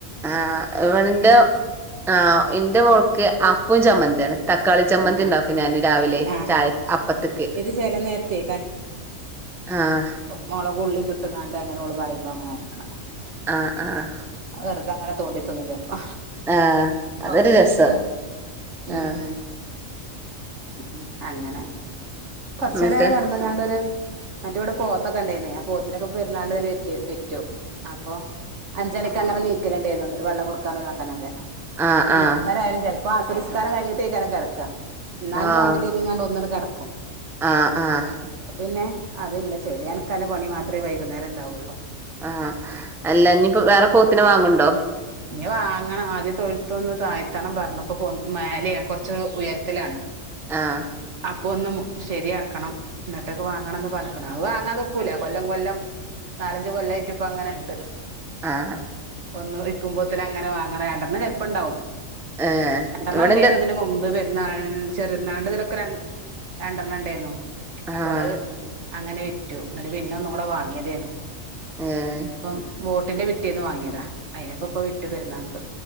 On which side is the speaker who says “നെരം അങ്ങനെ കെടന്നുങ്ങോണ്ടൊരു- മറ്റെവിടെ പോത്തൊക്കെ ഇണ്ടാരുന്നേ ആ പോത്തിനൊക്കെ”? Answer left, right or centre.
Right